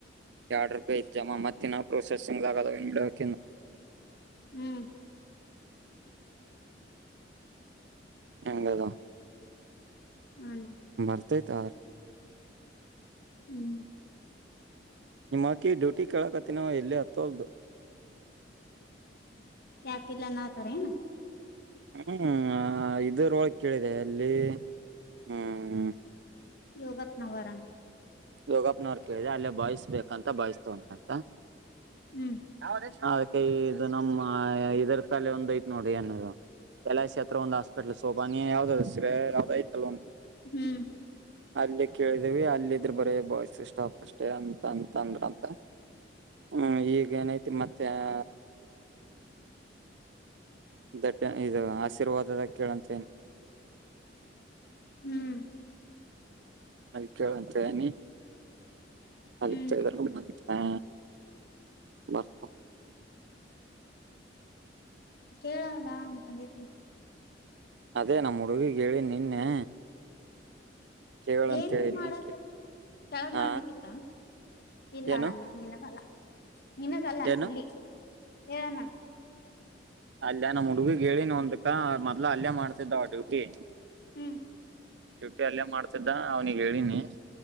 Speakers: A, on the right; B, on the left.
A: ಎರಡು ರೂಪಾಯಿ ಇನ್ನ ಜಮಾ ಮತ್ತನ್ನ ಪ್ರೊಸೆಸಿಂಗ್ ಆಗದ ಏನ್ ಬಿಡವಕಂದು
B: ಹ್ಮ್
A: ಹೆಂಗದುವು
B: ಹಣ
A: ಬರ್ತೈತ
B: ಹ್ಮ್
A: ನಿಮ್ಮಕ್ಕಿ ಡ್ಯೂಟಿ ಕೇಳಕತ್ತಿನವ ಎಲ್ಲ ಹತ್ತೊಲ್ದು
B: ಯಾಕಿಲ್ಲ ಅನಾತರೇನು
A: ಹ್ಮ್ ಇದರ ಒಳಗೆ ಕೇಳಿದೆ ಅಲ್ಲಿ ಹ್ಮ್
B: ಯೋಗಪ್ನವರಾಮ
A: ಯೋಗಪ್ನವ್ರು ಕೇಳಿದೆ ಅಲ್ಲೇ ಬಾಯ್ಸ್ ಬೇಕಂತ ಬಾಯ್ಸ್ ತಗೊಂತಾರಂತಾ
B: ಹ್ಮ್
A: <unintelligible> ಇದು ನಮ್ಮ ಇದ್ರ ತಲೆ ಒಂದ ಐತೆ ನೋಡಿ ಏನದು ತಲಾಶಿ ಹತ್ರ ಒಂದು ಹಾಸ್ಪಿಟ್ಲ್ ಸೋಪಾನ ಯಾವ್ದ್ರ ಯಾವ್ದಐತಲ್ವಾ
B: ಹ್ಮ್
A: ಅಲ್ಲೇ ಕೇಳಿದೇವಿ ಅಲ್ಲ ಇದ್ರ ಬರೇ ಬಾಯ್ಸ ಸಾಫ್ಟ್ ಅಷ್ಟೇ ಅಂತ ಅಂತ ಅಂದ್ರ ಅಂತ ಹ್ಮ್ ಈಗ ಏನೈತಿ ಮತ್ತೆ <unintelligible> <unintelligible> ಇದು ಆಶೀರ್ವಾದ ಕೇಳಂತೇನೆ
B: ಹ್ಮ್
A: ಅದ ಕೇಳುವಂತ ನಿ <unintelligible>
B: ಹ್ಮ್
A: ಹಾ ಬರ್ತ
B: ಕೇಳವಾ ಅಂತಂದೇತಿನಿ
A: ಅದೇ ನಮ್ಮ ಹುಡುಗಿಗ್ ಹೇಳಿ ನಿನ್ನೆ ಕೇಳ ಅಂತ
B: ಏನ್
A: ಹೇಳಿನಿ
B: ಮಾಡಕ ಕೆಳಗ್
A: ಹ
B: ಮಾಡ್ಬೇಕಿತ್ತ ಇಲ್ಲ
A: ಏನು
B: ಅನ್ನ ನಿನಗಲ್ಲ ನಿಮಗಲ್ಲ
A: ಏನು
B: ಇಲ್ಲಿ ಹೇಳಣ
A: ಅಲ್ಲೇ ನಮ್ಮ್ ಹುಡುಗಗ್ ಹೇಳಿ ಒಂದಕ್ಕ ಮೊದ್ಲು ಅಲ್ಲೇ ಮಾಡ್ತಿದ್ದವ ಅಡ್ಡು ಹ್ಮ್ಮ್. <inaudible>
B: ಹ್ಮ್
A: ಶ್ಯುಟಿ ಅಲ್ಲೇ ಮಾಡ್ತಿದ್ದ ಅವ್ನಿಿಗೆ ಹೇಳಿನಿ